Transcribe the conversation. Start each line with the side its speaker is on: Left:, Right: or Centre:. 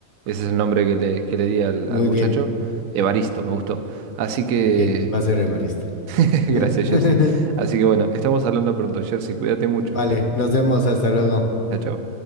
Right: Ese es el nombre que le, que le di al,
Left: Muy
Right: al muchacho.
Left: bien,
Right: Evaristo,
Left: ah,
Right: me gustó. Así que...
Left: bien, va a ser Evaristo.
Right: <laughs>
Left: <laughs>
Right: Gracias, Jersey. Así que bueno, estamos hablando pronto, Jersey. Cuídate mucho.
Left: Vale, nos vemos, hasta luego.
Right: Chao, chao.